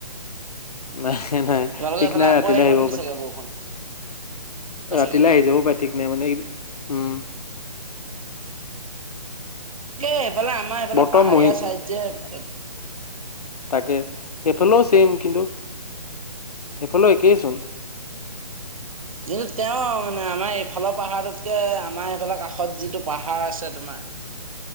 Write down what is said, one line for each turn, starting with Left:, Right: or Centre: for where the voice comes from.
Left: নাই নাই
Right: তোমালোকৰ
Left: ঠিক
Right: এইফালে
Left: নাই
Right: আকৌ
Left: ৰাতিলৈ আহিব
Right: নেকি
Left: পাৰে।
Right: চাগে বৰষুণ
Left: ৰাতিলৈ
Right: চাগে ন
Left: আহি যাবও পাৰে ঠিক নাই মানে উম।
Right: এ এফালে আমাৰ এইফালে
Left: বতৰ
Right: পাহাৰীয়া
Left: মহি
Right: ছাইড যে এ।
Left: তাকে সেইফালেও চেইম কিন্তু সেইফালেও একেই চোন। <unintelligible>
Right: কিন্তু তেওঁ মানে আমাৰ এইফালৰ পাহাৰটোতকে আমাৰ সফালৰ কাষত যিটো পাহাৰ আছে তোমা। বাহ।